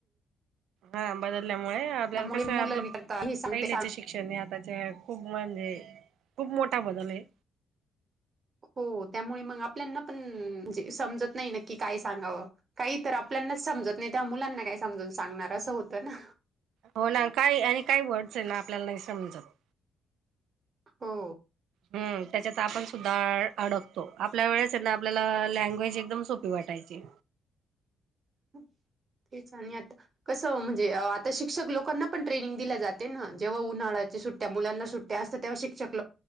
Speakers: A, on the right; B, on the right.
A: हां बदलल्यामुळे आपल्याला
B: त्यामुळे
A: कस
B: मुलं
A: आपल
B: विचारता हे सांगते
A: पहिल्याच्या
B: सांग
A: शिक शिक्षण हे आताच्या खुप म्हणजे खुप मोठा बदल आहे
B: हो त्यामुळे मग आपल्याना पण जे समजत नाही नक्की काय सांगावं‌ काही तर आपल्यानाच समजत नाही त्या मुलांना काय समजून सांगणार असं होतं ना
A: हो ना काय आणि काही वर्डस आहे ना आपल्याला नाही समजत
B: हो
A: हम त्याच्यात आपण सुद्धा आड अडकतो आपल्या वेळेस ना आपल्याला लँग्वेज एकदम सोपी पि वाटायची
B: तेच आणि आता कसं म्हणजे आता शिक्षक लोकांना पण ट्रेनिंग दिल्या जाते ना जेव्हा उन्हाळ्याच्या सुट्ट्या मुलांना सुट्ट ट्या असतात तेव्हा शिक्षक लोक